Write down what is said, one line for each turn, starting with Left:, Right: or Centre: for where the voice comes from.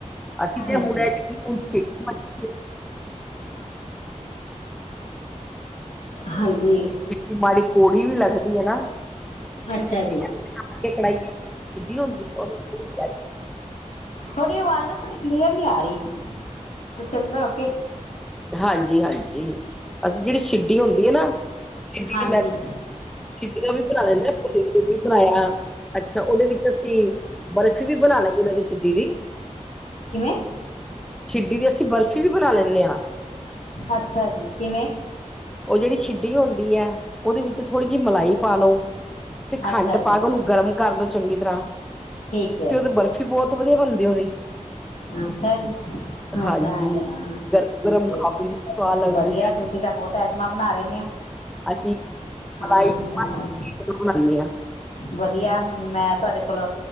Centre: ਅਸੀਂ ਤੇ
Left: ਅੱਛਾ
Centre: ਹੁਣ ਐਤਕੀ <unintelligible>
Left: ਹਾਂਜੀ।
Centre: <unintelligible> ਮਾੜੀ ਕੋੜੀ ਵੀ ਲੱਗਦੀ ਏ ਨਾ <unintelligible>
Left: ਅੱਛਾ ਜੀ।
Centre: ਕੇ ਕੜਾਈ <unintelligible> ਹੁੰਦੀ <unintelligible>
Left: ਥੋਡੀ ਆਵਾਜ਼ ਨਾ ਥੋਡੀ ਕਲੀਅਰ ਨੀ ਆ ਰਈ ਤੁਸੀਂ ਅੰਦਰ ਓ ਕੇ
Centre: ਹਾਂਜੀ-ਹਾਂਜੀ ਅਸੀਂ ਜੇੜੀ ਸਿੱਡੀ ਹੁੰਦੀ ਏ ਨਾ <unintelligible> ਦੀ
Left: ਹਾਂਜੀ
Centre: ਮੈ <unintelligible> ਵੀ ਬਣਾਏਆ ਅੱਛਾ ਓਦੇ ਵਿੱਚ ਅਸੀਂ ਬਰਫ਼ੀ ਵੀ ਬਨਾ ਲੈਨੀਆ ਮੈਂ ਤੇ ਚਿੱਡੀ ਦੀ।
Left: ਕਿਵੇਂ?
Centre: ਚਿੱਡੀ ਦੀ ਅਸੀਂ ਬਰਫ਼ੀ ਵੀ ਬਣਾ ਲੈਂਨੇ ਆ।
Left: ਅੱਛਾ ਜੀ ਕਿਵੇਂ?
Centre: ਓ ਜੇੜੀ ਛਿੱਡੀ ਹੁੰਦੀ ਐ, ਓਦੇ ਵਿੱਚ ਥੋੜੀ ਜੀ ਮਲਾਈ ਪਾ ਲੋ ਤੇ ਖੰਡ
Left: ਅੱਛਾ
Centre: ਪਾ
Left: ਜੀ
Centre: ਕੇ ਓਨੂੰ ਗਰਮ ਕਰ ਦੋ ਚੰਗੀ ਤਰਾ,
Left: ਠੀਕ ਹੈ
Centre: ਤੇ ਓਦਾ ਬਰਫ਼ ਤੇ ਬੋਤ ਵਦੀਆ ਬਨਦੀ ਓਦੀ
Left: ਅੱਛਾ ਜੀ, ਓ
Centre: ਹਾਂਜੀ
Left: ਤਾਂ ਹੈ ਈ ਆ,
Centre: ਗਰਮ ਗਰਮ ਖਾਓ ਇੰਨੀ ਸਵਾਦ ਲੱਗਦੀ
Left: ਵਦੀਆ
Centre: ਹੈ
Left: ਤੁਸੀਂ ਤਾਂ ਬੋਤ <inaudible> ਬਣਾ ਰੈਨੇ ਆਂ
Centre: ਅਸੀਂ
Left: ਹਾਂ
Centre: ਮਲਾਈ ਬਣਾਉਂਦੇ ਹਾਂ
Left: ਵਦੀਆ ਹੁਣ ਮੈਂ ਤੁਆਡੇ ਕੋਲ